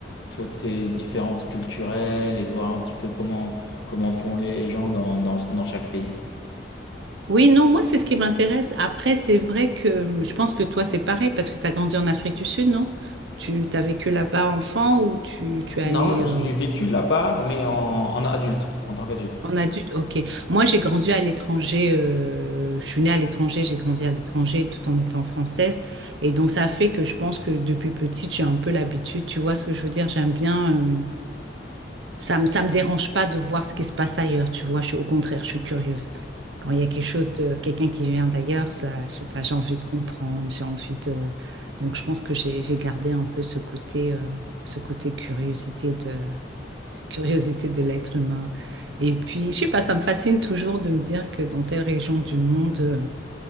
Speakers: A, on the left; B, on the right.
A: toutes ces différences culturelles et de voir un petit peu comment, comment font les gens dans, dans, dans chaque pays.
B: Oui, non, moi c'est ce qui m'intéresse. Après, c'est vrai que hum, je pense que toi c'est pareil parce que tu as grandi en Afrique du Sud, non? Tu t'as vécu là-bas enfant ou tu, tu es allé
A: Non, j'ai
B: euh,
A: vécu là-bas, mais en, en adulte, en tant qu'adulte.
B: en adulte? Ok. Moi j'ai grandi à l'étranger, euh, je suis née à l'étranger, j'ai grandi à l'étranger tout en étant française. Et donc ça fait que je pense que depuis petite j'ai un peu l'habitude, tu vois ce que je veux dire? J'aime bien. euh, Ça me, ça me dérange pas de voir ce qui se passe ailleurs, tu vois. Je suis, au contraire, je suis curieuse. Quand il y a quelque chose de quelqu'un qui vient d'ailleurs, ça, je sais pas, j'ai envie de comprendre, j'ai envie de. Donc, je pense que j'ai, j'ai gardé un peu ce côté, euh, ce côté curiosité de, curiosité de l'être humain. Et puis, je sais pas, ça me fascine toujours de me dire que dans telle région du monde, euh,